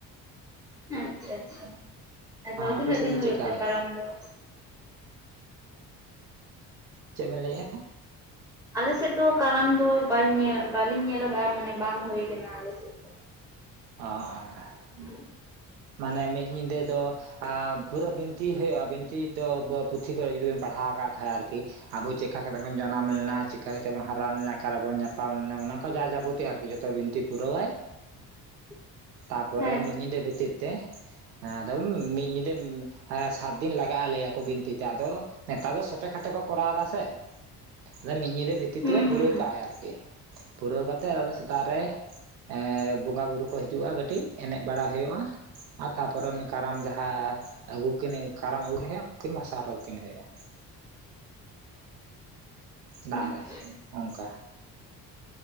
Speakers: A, in the centre; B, on the right (about 85°).
A: ᱦᱮᱸ ᱟᱪᱪᱷᱟ ᱟᱪᱪᱷᱟ᱾ ᱟᱫᱚ ᱛᱤᱱᱟᱹᱜ
B: ᱟᱯᱮ ᱥᱮᱫ
A: ᱫᱤᱱ
B: ᱫᱚ
A: ᱦᱩᱭᱩᱜ
B: ᱪᱮᱫᱠᱟ
A: ᱛᱮ
B: ᱦᱩᱭᱩᱜᱼᱟ
A: ᱠᱟᱨᱟᱢ ᱫᱚ?
B: ᱪᱮᱫ ᱵᱮᱱ ᱞᱟᱹᱭᱮᱜᱼᱟ?
A: ᱟᱞᱮᱥᱮᱫ ᱫᱚ ᱠᱟᱨᱟᱢ ᱫᱚ ᱵᱟᱹᱧ ᱧᱮᱞ ᱠᱟᱫᱟ ᱵᱟᱞᱤᱧ ᱧᱮᱞ ᱠᱟᱜᱼᱟ ᱢᱟᱱᱮ ᱵᱟᱝ ᱦᱩᱭ ᱠᱟᱱᱟ ᱟᱞᱮᱥᱮᱫ᱾
B: ᱚ ᱚ᱾
A: ᱩᱸᱜ᱾
B: ᱢᱟᱱᱮ ᱢᱤᱫ ᱧᱤᱫᱟᱹ ᱫᱚ ᱟᱸ ᱯᱩᱨᱟᱹ ᱵᱤᱱᱛᱤ ᱦᱩᱭᱩᱜᱼᱟ ᱵᱤᱱᱛᱤ ᱫᱚ ᱯᱩᱛᱷᱤ ᱠᱚᱨᱮ ᱡᱩᱫᱤ ᱵᱮᱢ ᱯᱟᱲᱦᱟᱣ ᱠᱟᱜ ᱠᱷᱟᱡ ᱟᱨᱠᱤ᱾ ᱟᱵᱚ ᱪᱮᱠᱟ ᱠᱟᱛᱮ ᱵᱚᱱ ᱡᱟᱱᱟᱢ ᱞᱮᱱᱟ ᱪᱤᱠᱟ ᱠᱟᱛᱮ ᱵᱚᱱ ᱦᱟᱨᱟ ᱞᱮᱱᱟ ᱚᱠᱟᱨᱵᱚᱱ ᱧᱟᱯᱟᱢ ᱞᱮᱱᱟ ᱚᱱᱟ ᱠᱚ ᱡᱟ ᱡᱟᱵᱚᱛᱤ ᱟᱨᱠᱤ ᱡᱷᱚ ᱛᱚ ᱵᱤᱱᱛᱤ ᱯᱩᱨᱟᱹᱣᱟᱭ
A: <inaudible>
B: ᱛᱟᱯᱚᱨᱮ
A: ᱦᱮᱸ
B: ᱢᱤᱫ ᱧᱤᱫᱟᱹ ᱵᱷᱤᱛᱤᱨ ᱛᱮ ᱮᱸ ᱢᱤᱫ ᱧᱤᱫᱟᱹ ᱮᱸ ᱥᱟᱛᱫᱤᱱ ᱞᱟᱜᱟᱜᱼᱟ ᱞᱟᱹᱭᱟᱠᱚ ᱵᱤᱱᱛᱤᱛᱮ ᱟᱫᱚ ᱱᱮᱛᱟᱨ ᱫᱚ ᱥᱚᱴᱮ ᱠᱷᱴᱮ ᱠᱚ ᱠᱚᱨᱟᱣ ᱫᱟ ᱥᱮ, ᱟᱫᱚ ᱢᱤᱫ ᱧᱤᱫᱟᱹ ᱵᱷᱤᱛᱤᱨ
A: ᱦᱩᱸ
B: ᱛᱮᱜᱮ ᱯᱩᱨᱟᱹᱣ
A: ᱦᱩᱸ ᱦᱩᱸ
B: ᱠᱟᱜᱼᱟᱭ ᱟᱨᱠᱤ ᱯᱩᱨᱟᱹᱣ ᱠᱟᱛᱮᱫ ᱟᱫᱚ ᱥᱮᱛᱟᱜ ᱨᱮ ᱮᱸ ᱵᱚᱸᱜᱟ ᱵᱩᱨᱩ ᱠᱚ ᱦᱤᱡᱩᱜᱼᱟ ᱠᱟᱹᱴᱤᱡ ᱮᱱᱮᱡ ᱵᱟᱲᱟ ᱦᱩᱭᱩᱜᱼᱟ ᱟᱨ ᱛᱟᱯᱚᱨᱮ ᱩᱱᱤ ᱠᱟᱨᱟᱢ ᱡᱟᱦᱟᱸ ᱟᱹᱜᱩ ᱠᱤᱱ ᱠᱟᱨᱟᱢ ᱟᱹᱜᱩ ᱩᱱᱠᱤᱱ ᱵᱷᱟᱥᱟ ᱟᱨᱚ ᱵᱷᱟᱥᱟ ᱠᱤᱱ ᱦᱚᱴᱚ ᱠᱟᱠᱤᱱ ᱦᱩᱭᱩᱜ-ᱟ᱾ ᱫᱟᱜ
A: ᱟᱪᱪᱷᱟ
B: ᱨᱮ ᱚᱝᱠᱟ